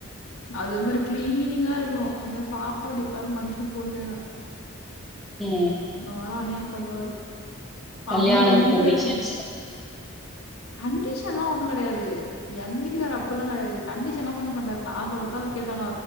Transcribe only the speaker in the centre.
ஏ
கல்யாணம்
கண்டிஷன்ஸ்